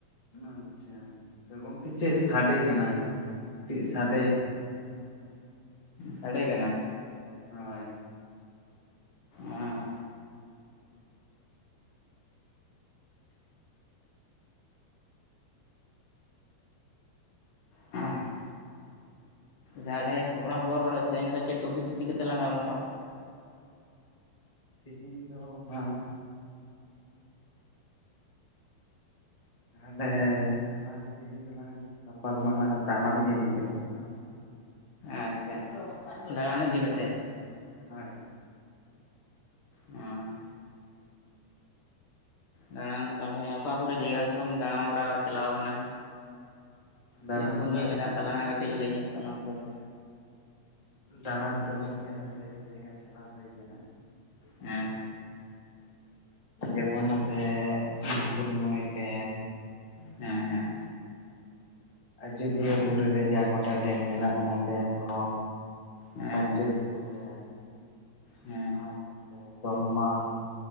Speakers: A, on the left; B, on the left.
A: ᱟᱪᱪᱷᱟ ᱛᱚ ᱜᱚᱝᱠᱮ ᱪᱮᱫ ᱥᱟᱰᱮ ᱠᱟᱱᱟ ᱾ ᱪᱮᱫ ᱥᱟᱰᱮ
B: ᱥᱟᱰᱮ ᱠᱟᱱᱟ ᱾
A: ᱦᱳᱭ
B: ᱮᱸᱜ ᱦᱮᱸ ᱛᱟᱦᱚᱞᱮ ᱠᱷᱚᱵᱽᱨᱟ ᱠᱷᱚᱵᱚᱨ ᱛᱮᱦᱮᱧ ᱫᱚ ᱪᱮᱫ ᱴᱚᱯᱤᱠ ᱤᱫᱤ ᱠᱟᱹᱛᱮᱞᱟᱝ ᱜᱟᱞᱢᱟᱨᱟᱣᱟ?
A: ᱛᱮᱦᱤᱧ ᱫᱚ ᱦᱟᱸ ᱛᱟᱦᱚᱞᱮ ᱟᱞᱟᱝ ᱛᱮᱦᱮᱧ ᱫᱚᱞᱟᱝ ᱜᱟᱯᱟᱞᱢᱟᱨᱟᱣ ᱫᱟᱬᱟᱱ ᱤᱫᱤ ᱠᱟᱛᱮᱫ,
B: ᱟᱪᱪᱷᱟ ᱫᱟᱬᱟᱱ ᱤᱫᱤ ᱠᱟᱛᱮ,
A: ᱦᱳᱭ ᱦᱳᱭ
B: ᱦᱚᱸ ᱫᱟᱬᱟᱱ ᱛᱟᱦᱚᱞᱮ ᱚᱠᱟ ᱠᱚᱨᱮ ᱡᱟᱭᱜᱟ ᱠᱚᱨᱮᱢ ᱫᱟᱬᱟ ᱵᱟᱲᱟ ᱪᱟᱞᱟᱣ ᱠᱟᱱᱟ?
A: ᱫᱟᱬᱟᱱ
B: ᱪᱮᱫ ᱠᱚᱢ ᱧᱮᱞ
A: ᱛᱚ ᱜᱚᱝᱠᱮ
B: ᱟᱠᱟᱫ ᱛᱟᱞᱟᱝᱟ ᱠᱟᱹᱴᱤᱡ ᱞᱟᱹᱭ ᱧᱚᱜ ᱛᱟᱞᱟᱝ ᱢᱮ ᱛᱚᱵᱮ,
A: ᱫᱟᱬᱟᱱ ᱫᱚ ᱜᱚᱝᱠᱮ ᱟᱹᱰᱤ ᱟᱹᱰᱤ ᱡᱟᱭᱜᱟ ᱪᱟᱞᱟᱣ ᱦᱩᱭ ᱠᱟᱱᱟ
B: ᱦᱮᱸ
A: ᱟᱨ ᱡᱮᱢᱚᱱ ᱱᱚᱛᱮ ᱢᱩᱠᱩᱴᱢᱚᱱᱤ ᱰᱮᱢ,
B: ᱦᱮᱸ ᱦᱮᱸ
A: ᱟᱡᱫᱤᱭᱟᱹ ᱵᱩᱨᱩᱨᱮ ᱡᱟ ᱜᱚᱴᱟ ᱰᱮᱢ ᱢᱮᱱᱟᱜᱼᱟ ᱚᱱᱟ ᱰᱮᱢ ᱠᱚ,
B: ᱦᱮᱸ
A: ᱯᱟᱱᱧᱪᱮᱫ ᱵᱩᱨᱩ ᱵᱮᱢ
B: ᱦᱮᱸ
A: ᱟᱨ ᱱᱚᱛᱮ ᱫᱚᱞᱢᱟᱜ